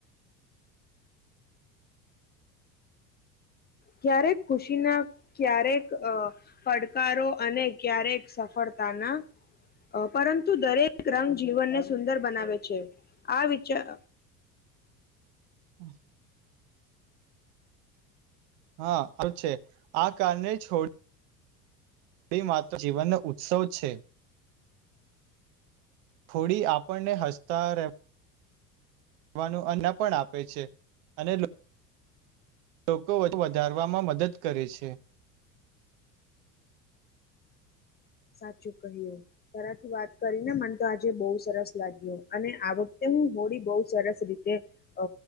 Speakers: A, on the left (about 20°); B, on the right (about 50°).
A: ક્યારેક ખુશીના ક્યારેક પડકારો અને ક્યારેક સફળતાના પરંતુ દરેક રંગ જીવનને સુંદર બનાવે છે આ વિચાર.
B: <inaudible> હાું છે આ કારણે છોડી. એ માત્ર જીવનનો ઉત્સવ છે. થોડી આપણને હસતા રહે. કરવાનું અન્ના પણ આપે છે અને. લોકો વધારવામાં મદદ કરે છે.
A: સાચું કહ્યું તરાથી વાત કરીને મને તો આજે બહુ સરસ લાગ્યો અને આ વખતે હું હોળી બહુ સરસ રીતે અ